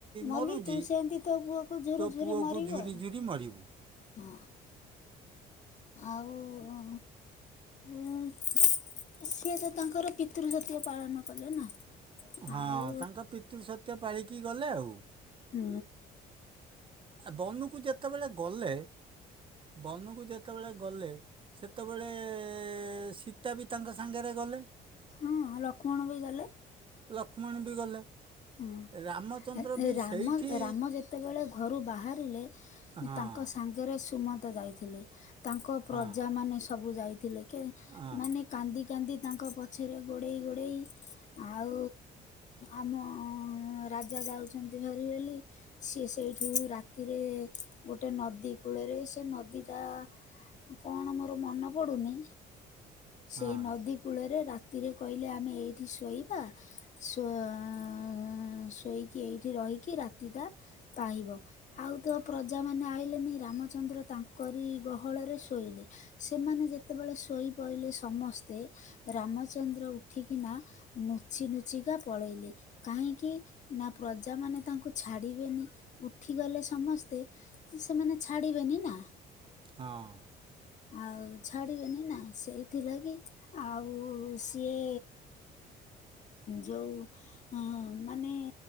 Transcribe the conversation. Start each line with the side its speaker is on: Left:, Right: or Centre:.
Left: ମଲ୍ଲି
Right: ମରୁଛି,
Left: ତୁ ସେମିତି ତୋ ପୁଅକୁ ଝୁରି
Right: ତୋ
Left: ଝୁରି
Right: ପୁଅ
Left: ମରିବୁ
Right: କୁ ଝୁରି
Left: ଆଉ।
Right: ଝୁରି ମରିବୁ।
Left: ହଁ। ଆଉ ହଁ ହଁ। ସିଏ ତ ତାଙ୍କର ପିତୃ ସତ୍ୟ ପାଳନ କଲେ ନା।
Right: ହଁ
Left: ଆଉ
Right: ତାଙ୍କ ପିତୃ ସତ୍ୟ ପାଳିକି ଗଲେ ଆଉ।
Left: ହୁଁ।
Right: ବନୁକୁ ଯେତେବେଳେ ଗଲେ, ବନୁକୁ ଯେତେବେଳେ ଗଲେ। ସେତେବେଳେ ସୀତା ବି ତାଙ୍କ ସାଙ୍ଗରେ ଗଲେ।
Left: ହଁ, ଲକ୍ଷ୍ମଣ ବି ଗଲେ।
Right: ଲକ୍ଷ୍ମଣ ବି ଗଲେ।
Left: ହଁ
Right: ରାମଚନ୍ଦ୍ର
Left: ରା
Right: ବି
Left: ରାମ
Right: ସେଇଠି
Left: ରାମ ଯେତେବେଳେ ଘରୁ ବାହାରିଲେ
Right: ହଁ
Left: ତାଙ୍କ ସାଙ୍ଗ ଆଗରେ ସୁମନ୍ତ ଯାଇଥିଲେ, ତାଙ୍କ ପ୍ରଜା
Right: ହଁ
Left: ମାନେ ସବୁ ଯାଇଥିଲେ। କେ
Right: ହଁ
Left: ମାନେ, କାନ୍ଦି କାନ୍ଦି ତାଙ୍କ ପଛରେ ଗୋଡ଼େଇ ଗୋଡ଼େଇ ଆଉ ଆମ। <unintelligible> ରାଜା ଯାଉଛନ୍ତିଭାରି ବୋଲି। ସିଏ ସେଇଠୁ ରାତିରେ ଗୋଟେ ନଦୀ କୂଳରେ ସେ ନଦୀଟା। କଣ ମୋର ମନେ ପଡୁନି ସେଇ
Right: ହଁ
Left: ନଦୀ। କୂଳରେ ରାତିରେ କହିଲେ ଆମେ ଏଇଠି ଶୋଇବା। ଶୋ ଉଁ ଉଁ। ଶୋଇକି ଏଇଠି ରହିକି ରାତିଟା ପାହିବ। ଆଉ ତ ପ୍ରଜା ମାନେ ଆଇଲେନି ରାମଚନ୍ଦ୍ର ତାଙ୍କରି ଗହଳରେ ଶୋଇଲେ। ସେମାନେ ଯେତେବେଳେ ଶୋଇପଇଲେ ସମସ୍ତେ। ରାମଚନ୍ଦ୍ର ଉଠିକିନା ନୁଚି ନୁଚିକା ପଳେଇଲେ। କାହିଁକି, ନା ପ୍ରଜା ମାନେ ତାଙ୍କୁ ଛାଡିବେନି ଉଠିଗଲେ ସମସ୍ତେ। ସେମାନେ ଛାଡିବେନି ନା।
Right: ହଁ।
Left: ଆଉ ଛାଡିବେନି ନା ସେଇଥିଲାଗି ଆଉ ସିଏ, ଯୋଉ ଅ ମାନେ